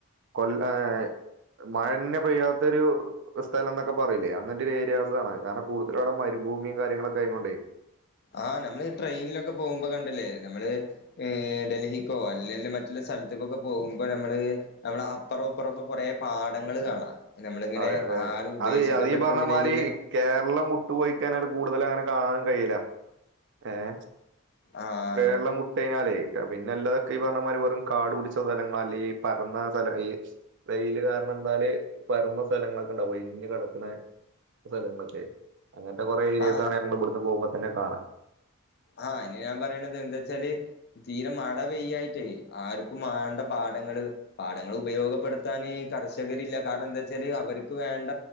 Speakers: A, on the right; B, on the left.
A: കൊല്ല എഹ് മഴന്നെ പെയ്യാത്തൊരു സ്ഥലം ന്നൊക്കെ പറില്ലേ അങ്ങൻത്തൊരു ഏരിയാസ്സാണ് കാരണം കൂടുതലവടെ മരുഭൂമിം കാര്യങ്ങളൊക്കയതൊണ്ടേ
B: ആഹ് നമ്മള് ഈ ട്രെയിനിലൊക്കെ പോവുമ്പോ കണ്ട്ല്ലേ നമ്മള് ഏഹ് ഡൽഹി ക്കൊ അല്ലെല് മറ്റുള്ള സ്ഥൽത്ത്ക്കൊക്കെ പോവുമ്പോ നമ്മള് നമ്മളെ അപ്പറൊ ഇപ്പറൊക്കെ കൊറേ പാടങ്ങള് കാണാം നമ്മളിങ്ങനെ
A: അതെ അതെ
B: ആരും ഉപേക്ഷിക്കപ്പെട്ട
A: അത് ഈ- അത് ഈ പറഞ്ഞ
B: നിലയില്
A: മാതിരി
B: ല്ലേ
A: കേരളം വിട്ട്പോയി കയ്ഞ്ഞാട് കൂട്തല് അങ്ങനെ കാണൻ കയ്യൂല്ല ഏഹ്
B: ആഹ്
A: കേരളം വ് കഴഞ്ഞാലേ പിന്നെ എല്ലാതൊക്കെ ഈ പറഞ്ഞമാതിരി വെറും കാട് കുടിച്ച സ്ഥലങ്ങള അല്ലെ ഈ പറന്ന സ്ഥല ഈ വെയില് കാരണം എന്താല് പരന്ന സ്ഥലങ്ങളൊക്കെ ഉണ്ടാവും ഒഴിഞ്ഞ് കിടക്കന്ന സ്ഥലങ്ങളൊക്കെ അങ്ങനത്തെ കുറെ ഏരിയസ്സണ്
B: ആഹ്
A: ഞങ്ങള് ഇവിടുന്ന് പോകുമ്പോ തന്നെ കാണാ
B: ആഹ് ഇനി ഞാൻ പറയണത് എന്താ വെച്ചാല് തീരെ മഴ പെയ്യായിട്ടേ ആർക്കും വേണ്ട പാടങ്ങള് പാടങ്ങൾ ഉപയോഗപ്പെടുത്താൻ കർഷകരില്ല കാരണം എന്താ വെച്ചാല് അവർക്ക് വേണ്ട